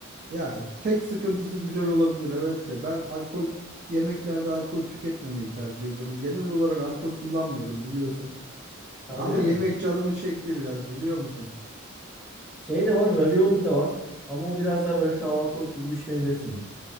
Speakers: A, on the right; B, in the centre.
A: Ya tek sıkıntısı güzel olabilir evet de ben alkol yemeklerde alkol tüketmemeyi tercih ediyorum. Genel olarak alkol kullanmıyorum biliyorsun.
B: Ha,
A: Ama
B: öyle mi?
A: yemek canımı çekti biraz biliyor musun?
B: Şey de var, ravioli de var. Ama o biraz daha böyle kahvaltılık gibi düşünebilirsin.